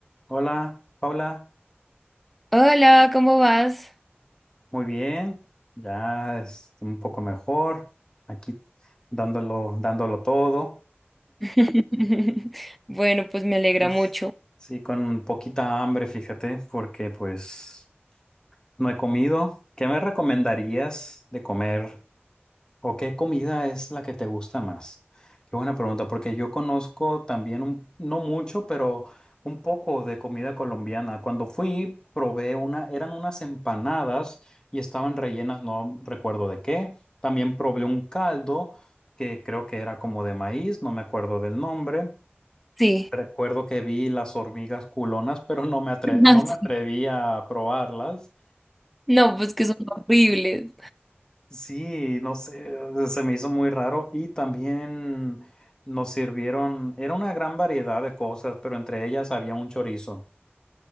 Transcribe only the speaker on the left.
Hola, Paula,
muy bien, ya es un poco mejor, aquí dándolo, dándolo todo.
Es,
sí, con poquita hambre, fíjate, porque pues no he comido. ¿Qué me recomendarías de comer ¿O qué comida es la que te gusta más? Qué buena pregunta, porque yo conozco también, un- no mucho, pero un poco de comida colombiana. Cuando fui, probé una, eran unas empanadas y estaban rellenas, no recuerdo de qué. También probé un caldo que creo que era como de maíz, no me acuerdo del nombre.
Recuerdo que vi las hormigas culonas, pero no me atre- no
me atreví a probarlas.
Sí, no sé, se me hizo muy raro y también nos sirvieron, era una gran variedad de cosas, pero entre ellas había un chorizo